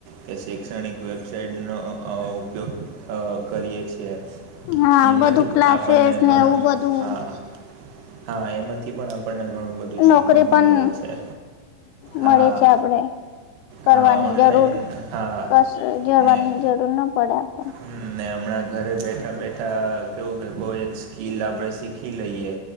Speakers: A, on the right; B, on the left.
A: કે શૈક્ષણિક વેબસાઇટનો અ ઉપયોગ અ કરીએ છીએ
B: હા
A: એમાંથી
B: બધું ક્લાસીસ
A: આપણને
B: ને
A: ઘણું
B: એવું બધું
A: હા હા એમાંથી પણ આપણને ઘણું બધું
B: નોકરી
A: શીખવાનું
B: પણ
A: મળે
B: હ
A: છે
B: મળે
A: હા
B: છે આપડે કરવાની
A: હા ઓનલાઈન
B: જરૂર
A: હા
B: કશે જવાની
A: ને
B: જરૂર ના પડે આપે.
A: હમ ને હમણાં ઘરે બેઠા બેઠા કેવું કે કો એક સ્કીિલ આપણેે શીખી લઈએ.